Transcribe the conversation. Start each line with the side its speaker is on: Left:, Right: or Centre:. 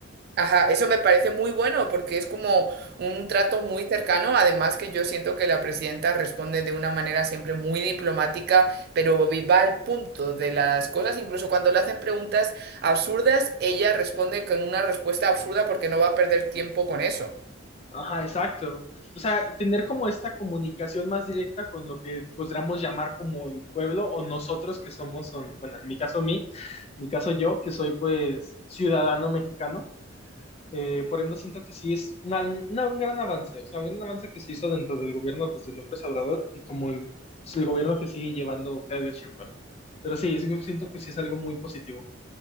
Right: Ajá, eso me parece muy bueno porque es como un trato muy cercano, además que yo siento que la presidenta responde de una manera siempre muy diplomática, pero va al punto de las cosas, incluso cuando le hacen preguntas absurdas, ella responde con una respuesta absurda porque no va a perder tiempo con eso.
Left: Ajá, exacto. O sea, tener como esta comunicación más directa con lo que podríamos llamar como el pueblo o nosotros que somos, son, bueno, en mi caso mí, en mi caso yo, que soy pues ciudadano mexicano, eh, por ende siento que sí es una- una- un gran avance, o sea, un gran avance que se hizo dentro del gobierno pues de López Obrador y como el, el gobierno que sigue llevando Claudio Sheinbaum. Pero sí, es- yo siento que sí es algo muy positivo.